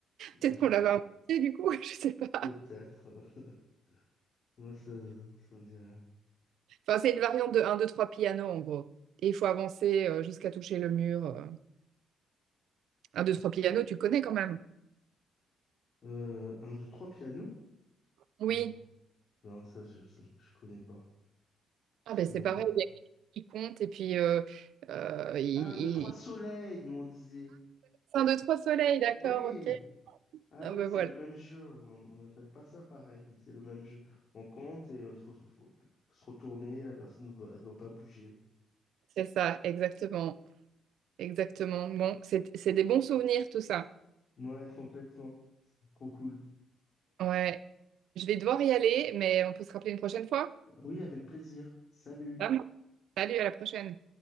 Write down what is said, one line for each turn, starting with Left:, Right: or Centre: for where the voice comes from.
Left: <laughs>
Right: Peut-être qu'on l'avait inventé du coup, <laughs> je sais pas.
Left: Peut-être. <laughs> Moi, ça, ça me dit rien.
Right: Enfin, c'est une variante de un, 2, 3 piano en gros. Et il faut avancer euh, jusqu'à toucher le mur. euh. 1, 2, 3 piano, tu connais quand même.
Left: Euh, un, deux, trois pianos?
Right: Oui.
Left: Non, non, ça je, ça, je connais pas. Je
Right: Ah ben
Left: connais
Right: c'est pareil,
Left: pas.
Right: il y a quelqu'un qui compte et puis euh, euh, il,
Left: Ah, un,
Right: il-
Left: deux, trois
Right: il-
Left: soleils, nous on disait.
Right: un, deux, trois soleils, d'accord,
Left: Oui.
Right: ok.
Left: Ah
Right: Ah
Left: oui,
Right: ben
Left: c'est
Right: voilà,
Left: le même jeu. ouais. On on n'appelle pas ça pareil, mais c'est le même jeu. On compte et euh, il faut, faut se retourner. La personne, ne doit- elle doit pas bouger.
Right: c'est ça, exactement, exactement. Bon, c'est c'est des bons souvenirs tout ça.
Left: Ouais, complètement. C'est Trop cool.
Right: Ouais, je vais devoir y aller, mais on peut se rappeler une prochaine fois.
Left: Oui, avec plaisir. Salut.
Right: Ça marche. Salut, à la prochaine.